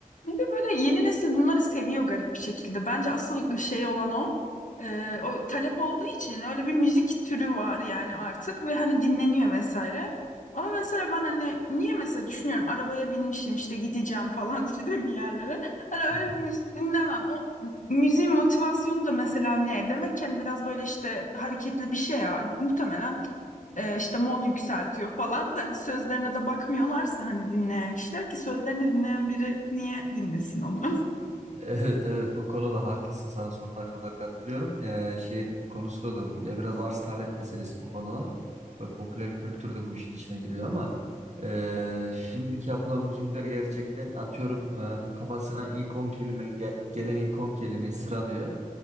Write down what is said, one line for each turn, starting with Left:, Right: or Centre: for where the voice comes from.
Left: bir de böyle yeni nesil bunları seviyor garip bir şekilde. Bence asıl şey olan o. Ee, o talep olduğu için öyle bir müzik türü var yani artık ve hani dinleniyor vesaire. Ama mesela ben hani niye mesela düşünüyorum arabaya binmişim işte gideceğim falan <laughs> işte bir yerlere. Hani öyle
Right: <laughs>
Left: bir müzik dinlemem. O müziğin motivasyonu da mesela ne? Demek ki hani biraz böyle işte hareketli bir şey ya. Muhtemelen e, işte mod yükseltiyor falan. Hani sözlerine de bakmıyorlarsa hani dinleyen kişiler ki sözlerini dinleyen biri niye dinlesin onu?
Right: Evet evet bu konuda haklısın sana sonuna kadar katılıyorum. Ee, şey konusu da doğru. Ya biraz arz talep meselesi bu konular. Ve popüler kültür de bu işin içine giriyor ama e, şimdiki yapılan müzikler gerçekten atıyorum e, kafasına ilk 10 kelime ge- gelen ilk 10 kelimeyi sıralıyor.